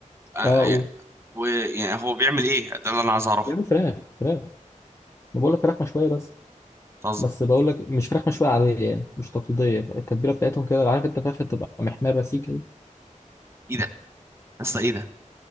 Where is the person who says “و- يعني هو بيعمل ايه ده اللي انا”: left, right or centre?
Right